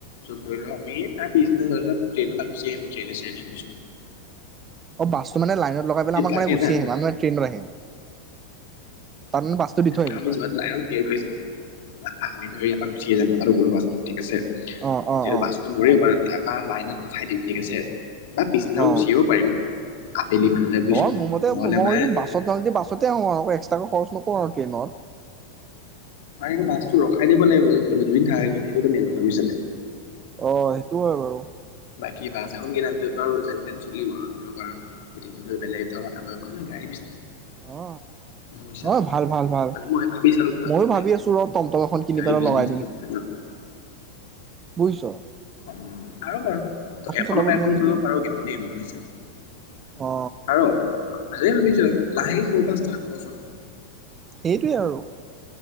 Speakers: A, on the left; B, on the right.
A: ধৰি ল আমি তাৰ পিছদিনা ধৰি ল ট্ৰেইন এটা গুচি আহিম ট্ৰেইনেছো
B: অ বাছটো মানে লাইনত লগাই পেলাই আমাক
A: লাগে
B: মানে গুচি
A: না
B: আহিম আমিে ট্ৰেইনত আহিম। তাৰমানানে বাস্তু দি
A: ধৰি
B: থৈ
A: লও
B: আহাবি
A: আমি
B: তই?
A: যোৱাত লাইনত এৰ গৈছে আমি ধৰি ইয়াৰ পৰা গুচিয়েই যাম কথাটো'লো বাছটো ঠিক আছে।
B: অ অ
A: যেয়া
B: অ
A: বাস্তটো ধৰ- তাৰপা লাইনত পঠাই দিম ঠিক আছে। বা পিছনাও
B: অ
A: গুচিয়িব পাৰিম। আবেলি মানলে বুজিছ
B: নহয় মোৰ মতে
A: নহ'লে
B: মই ভাবিছো
A: মানে
B: বাছ য যে বাছতে আহো আৰু এক্স্ৰ খচ নকওঁ আৰু ট্ৰেইনৰ
A: তাৰে বাছতটো ৰখাই দিব লাগিব যে ধৰি লও দুদিন থাক সেইটো এটা মেইন কথা বুজছ ননে?
B: অ সেইটো হয় বাৰু।
A: বা বাছ এখন কিনে আৰু বাৰো যেন তেন চলিম আৰু ধৰি লক কাৰ আৰু এয়া কিব বলেগ এটা মা মানে গাড়ী
B: অ
A: ভালানে
B: অ ভাল ভাল ভাল
A: মই ভাবি চোথা
B: ময়ো ভাবি আছো ৰ টমটম এখন কিনি পেলাই লগাই বুইছ?
A: অ আৰু বাৰু ত এখনৰ
B: চলাব
A: পৰা এখন
B: দিওঁ নেকি
A: কৰিব পাৰো কিন্তু দেই ভালে
B: অ
A: ভাবিছ লাহেকে সৰে পৰা ষ্টাৰ্ট কৰচোন।
B: সেইটোৱে আৰু।